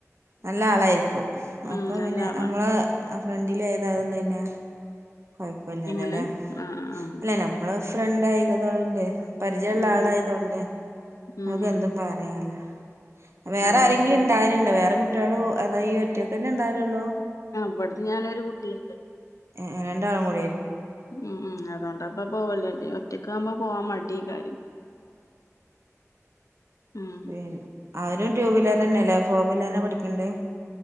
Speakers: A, on the right; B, on the left.
A: നല്ല ആളായിരിക്കും
B: ഉം
A: അപ്പൊ
B: നല്ല
A: പിന്നെ
B: ആളാണ്
A: നമ്മള്. ആ ഫ്രണ്ടിലെ ഏതായത്. <unintelligible> കൊഴപ്പില്ലല്ലേ
B: എങ്ങനെ
A: അല്ലെ
B: ആഹ് ആഹ്
A: അല്ല നമ്മള്. ഫ്രണ്ട് ആയതോണ്ട് പരിചയമുള്ള
B: ഉം
A: ആളായിതോണ്ട്
B: ഉം
A: നമുക്ക്
B: ഉം ഉം
A: എന്തും പറയാലോ. വേറെ
B: ആഹ്
A: ആരെങ്കിലും ഇണ്ടായാലുണ്ടോ വേറെ കുട്ടികളോ അതോ ഈ ഒറ്റയ്ക്ക് തന്നെ ഇണ്ടായാലല്ലോ.
B: അവിടുന്ന് ഞാന് ഒരു കുട്ടിയുണ്ട്.
A: ഏഹ് രണ്ടാളും കൂടെ.
B: ഉം ഉം അതുകൊണ്ട് ഇപ്പൊ പോവൂല, അല്ലെ ഒറ്റക്ക് ആവുമ്പോ പോവാൻ മടി കാര്യം. ഉം
A: പിന്നെ അവരും ടു വീലർ തന്നെയല്ലേ ഫോർ വീലറിനെ പഠിക്കണ്ടേ.